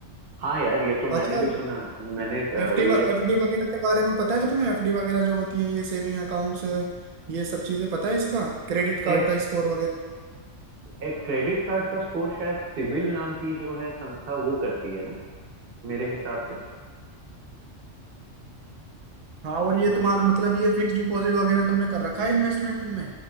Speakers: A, on the right; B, on the right.
A: हाँ यार ये तो मैंने
B: अच्छा
A: भी सुना मैंने अ,
B: एफडी
A: ये
B: एफडी वगैरह के बारे में पता है तुम्हें एफडी वगैरह जो होती हैं ये सेविंग अकाउंट्स ये सब चीजें पता है इसका क्रेडिट कार्ड
A: ए,
B: का स्कोर वगैरह
A: ए, क्रेडिट कार्ड का स्कोर शायद सिबिल नाम की जो है संस्था वो करती है ना मेरे हिसाब से
B: हाँ और ये तुम्हारा मतलब ये फिक्स डिपॉजिट वगैरह तुमने कर रखा है इन्वेस्टमेंट इनमें